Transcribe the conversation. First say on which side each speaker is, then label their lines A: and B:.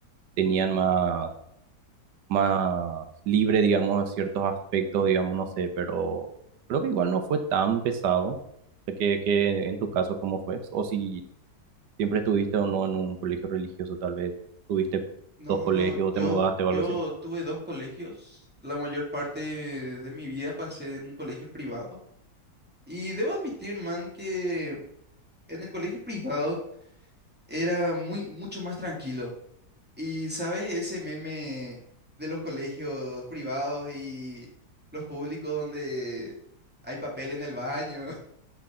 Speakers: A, on the right (about 75°); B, in the centre.
A: tenían más, más libre, digamos, ciertos aspectos, digamos, no sé, pero creo que igual no fue tan pesado. Sé Que, que en tu caso, ¿cómo fue? O si siempre estuviste o no en un colegio religioso, tal vez tuviste
B: No,
A: dos colegios
B: no, Órale.
A: o
B: yo,
A: te mudaste o
B: yo
A: algo así.
B: tuve dos colegios. La mayor parte de de mi vida pasé en un colegio privado. Y debo admitir, man, que en el colegio privado era muy, mucho más tranquilo. Y, ¿sabes? Ese meme de los colegios privados y los públicos donde hay papel en el baño.